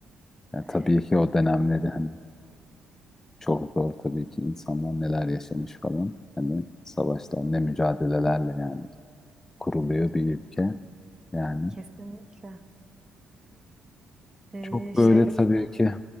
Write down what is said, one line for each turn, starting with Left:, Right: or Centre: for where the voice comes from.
Left: yani
Right: E,
Left: tabii ki o dönemleri hani Çok zor tabii ki insanlar neler yaşamış falan. Hani savaşlar ne mücadelelerle yani kuruluyor bir ülke. Yani
Right: kesinlikle. E,
Left: çok böyle
Right: şey
Left: tabii ki.